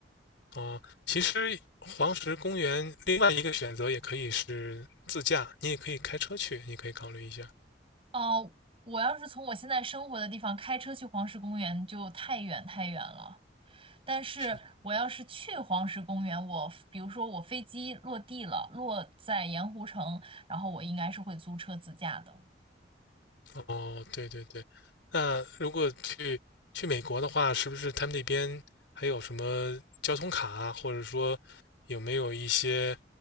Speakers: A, on the left; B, on the right.
A: 哦，其实黄石公园另外一个选择也可以是自驾，你也可以开车去，你可以考虑一下。
B: 哦、我要是从我现在生活的地方开车去黄石公园，就太远太远了。但是我要是去黄石公园，
A: 是
B: 我比如说我飞机落地了，落在盐湖城，然后我应该是会租车自驾的。
A: 哦，对对对。那如果去去美国的话，是不是他们那边还有什么交通卡啊或者说有没有一些